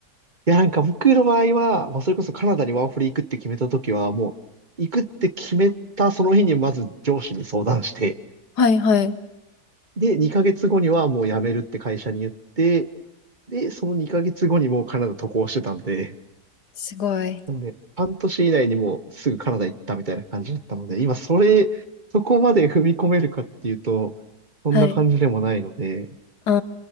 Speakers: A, on the right (about 30°); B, on the left (about 75°).
A: いやなんか僕の場合は、もうそれこそカナダにワーホリ行くって決めた時は、もう行くって決めたその日にまず上司に相談して、
B: はいはい。
A: で、2ヶ月後にはもう辞めるって会社に言って、で、その2ヶ月後にもうカナダ渡航してたんで、
B: すごい。
A: なんで、半年以内にもうすぐカナダ行ったみたいな感じだったので、今それ、そこまで踏み込めるかっていうと、そんな感じでもないので、
B: はい。うー